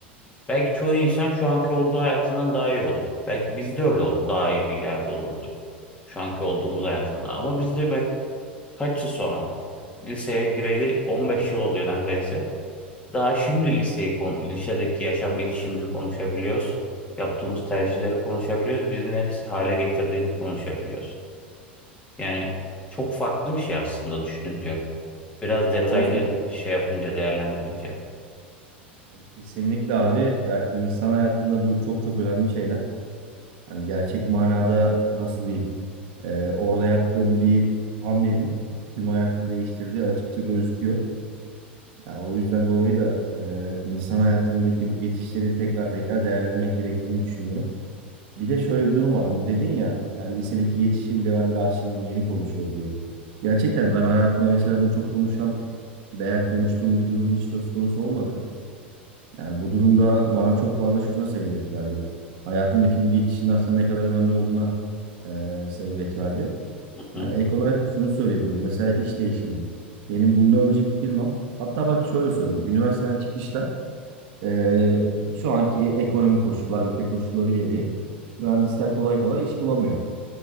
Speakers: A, on the left; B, on the right.
A: belki çoğu insan şu anki olduğu hayatından daha iyi olur. Belki biz de öyle ol- daha iyi bir yerde olurduk şu anki olduğumuz hayatında. Ama biz de kaç yıl sonra? Liseye gireli 15 yıl oluyor neredeyse. Daha şimdi
B: Evet.
A: liseyi konu, lisedeki yaşam geçişimizi konuşabiliyoruz. Yaptığımız tercihleri konuşabiliyoruz. Bizi ne hale getirdiğini konuşabiliyoruz. Yani çok farklı bir şey aslında düşününce. Biraz detaylı
B: Doğru söylüyorsun.
A: şey yapınca, değerlendirince.
B: Hani Kesinlikle abi ya insan hayatında bu çok çok önemli şeyler. Hani gerçek manada nasıl diyeyim? e, orada yaptığım bir hamlenin tüm hayatını değiştirdiği açıkça gözüküyor. Yani o yüzden dolayı da e, insan hayatındaki bu geçişleri tekrar tekrar değerlendirmek gerektiğini düşünüyorum. Bir de şöyle bir durum var. Hani dedin ya, yani lisedeki geçişi bile hani daha şimdi yeni konuşuyoruz diye. Gerçekten de ben hayatımda mesela bunu çok konuşan veya konuştuğum bir durum hiç söz konusu olmadı. Yani bu durumda bana çok fazla şuna sebebiyet verdi. Hayatımdaki bu geçişin aslında ne kadar önemli olduğuna eee sebebiyet verdi.
A: Hı?
B: Yani ek olarak da şunu söyleyebilirim. Mesela iş değişimi. Benim bundan önceki firmam, hatta bak şöyle söyleyeyim. Üniversiteden çıkışta eee, şu anki ekonomik koşullar, ülke koşulları gereği mühendisler kolay kolay iş bulamıyor.